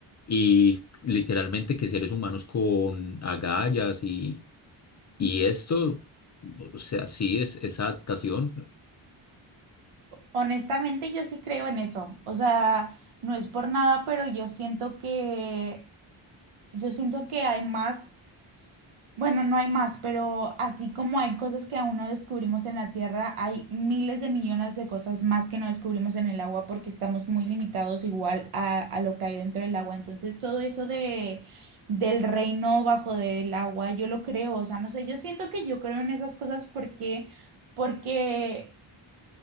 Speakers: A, on the left; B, on the right.
A: y literalmente que seres humanos con agallas y, y esto... O sea, sí, es, esa adaptación.
B: Honestamente, yo sí creo en eso. O sea, no es por nada, pero yo siento que Yo siento que hay más, bueno, no hay más, pero así como hay cosas que aún no descubrimos en la Tierra, hay miles de millones de cosas más que no descubrimos en el agua porque estamos muy limitados igual a, a lo que hay dentro del agua. Entonces, todo eso de del reino bajo del agua, yo lo creo, o sea, no sé, yo siento que yo creo en esas cosas porque porque